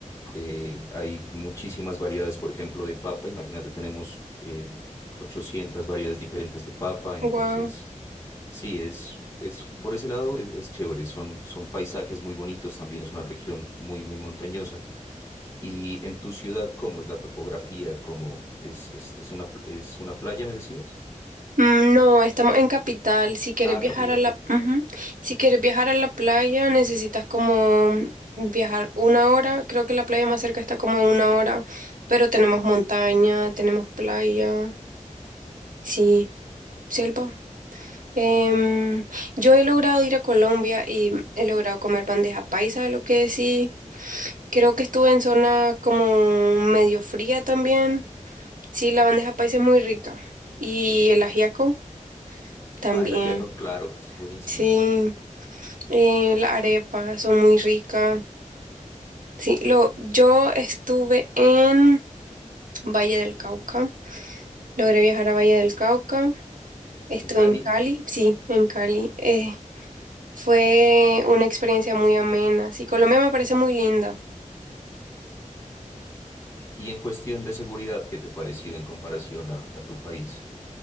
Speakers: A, on the left; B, on the right.
A: eh, hay muchísimas variedades, por ejemplo, de papa. Imagínate, tenemos eh, 800 variedades diferentes de papa. Entonces,
B: Guau.
A: sí, es, es por ese lado es, es chévere. Son, son paisajes muy bonitos. También es una región muy, muy montañosa. Y en tu ciudad, ¿cómo es la topografía? ¿Cómo es, es, es una, es una playa, me decías?
B: Mm, No, estamos en capital. Si quieres
A: Ah,
B: viajar
A: Capitán,
B: a la,
A: ok.
B: Ujú. Si quieres viajar a la playa, necesitas como viajar una hora. Creo que la playa más cerca está como a una hora, pero tenemos montaña, tenemos playa, sí, selva. Em, yo he logrado ir a Colombia y he logrado comer bandeja paisa, lo que sí. Creo que estuve en zona como medio fría también. Sí, la bandeja paisa es muy rica. Y el ajiaco también.
A: Ah, el Ajiaco, claro, es buenísimo.
B: Sí. Eh, la arepa, son muy ricas. Sí, lo, yo estuve en Valle del Cauca. Logré viajar a Valle del Cauca. Estuve
A: En Cali,
B: en Cali. Sí, en Cali. Eh, fue una experiencia muy amena. Sí, Colombia me parece muy linda.
A: y en cuestión de seguridad, ¿qué te pareció en comparación a, a tu país?